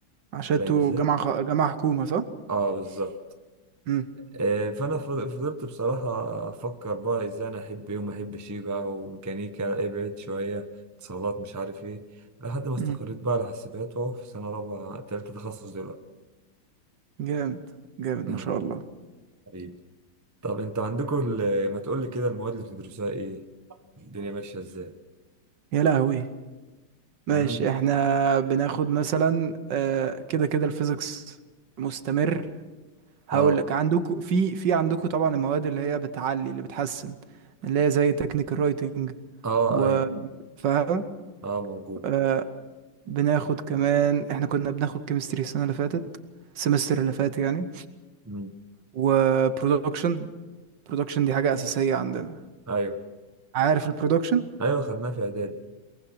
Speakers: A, on the right; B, on the right.
A: عشان
B: فاهم
A: انتوا
B: ازاي
A: جامعة خ... جامعة حكومة صح؟
B: اه بالظبط
A: مم.
B: آه، فانا فض- فضلت بصراحه افكر بقى ازاي انا احب ايه وما احبش ايه بقى وميكانيكا ابعد شويه اتصالات مش عارف ايه لحد ما استقريت
A: مم.
B: بقى على حاسبات واهو في سنه رابعه تالتة تخصص دلوقتي
A: جامد جامد
B: اه
A: ما شاء الله
B: حبيبي طب انت عندكم ال- ما تقول لي كده المواد اللي بتدرسوها ايه الدنيا ماشيه ازاي
A: يا لهوي ماشي
B: مم.
A: احنا بناخد مثلا آه كده كده الفيزيكس مستمر هقول
B: اه
A: لك عندكم في في عندكم طبعا المواد اللي هي بتعلي اللي بتحسن اللي هي زي تكنيكال رايتنج
B: اه
A: و
B: ايوه
A: فاهم
B: اه موجود
A: آه بناخد كمان احنا كنا بناخد كيمستري السنة اللي فاتت السمستر اللي فات يعني
B: مم.
A: وبرودكشن البرودكشن دي حاجة أساسية عندنا
B: ايوه
A: عارف البرودكشن
B: ايوه خدناها في اعداد